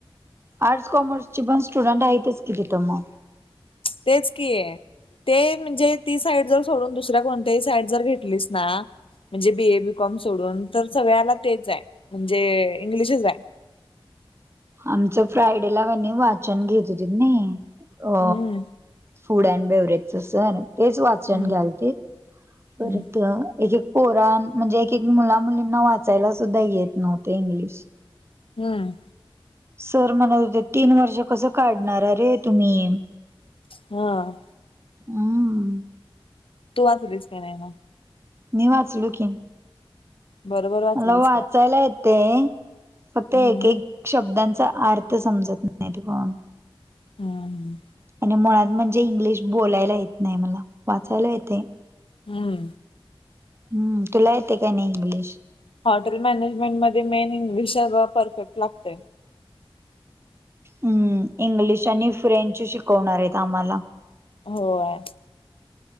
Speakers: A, on the right (about 25°); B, on the left (about 70°).
A: आर्ट्स, कॉमर्स ची पण स्टुडंट आहेतच की तिथं म
B: तेच की ते म्हणजे, ती साईड जर सोडून दुसऱ्या कोणत्याही साईड जर घेटलीस ना म्हणजे बी ए, बी कॉम सोडून तर सगळ्याला तेच ये. म्हणजे इंग्लिशच आय
A: आमचं फ्रायडेला कनी वाचन घेत होतीत नी अ
B: हम्म
A: फुड आणी बेवरेट सर, तेच वाचन
B: हम्म
A: घ्यालतीत परत
B: हम्म
A: एक एक पोराण म्हणजे, एक एक मुला मुलींना वाचायला सुद्धा येत नव्हते इंग्लिश
B: हूं
A: सर म्हणत होते. तीन वर्ष कसं काढणार रे तुम्ही
B: हां
A: हं हं
B: तू वाचलीस का नाय म
A: मी वाचले की
B: बरोबर वाचलीस
A: मला वाचायला
B: का
A: येतय. फक्त
B: हम्म
A: एक एक शब्दांचा अर् र्थ समजत नाय की पण
B: <unintelligible>
A: म मुळात म्हणजे, इंग्लिश बोलायला येत नाय मला वाचायला येतय
B: हूं
A: हूं, तुला येतय काय नाय इंग्लिश
B: हॉटेल मॅनेजमेंट मध्ये मेन इंग्लिश अग परफेक्ट लागतय
A: हम्म, इंग्लिश आणि फ्रेंच शिकवणार येत. आम्हाला
B: होय.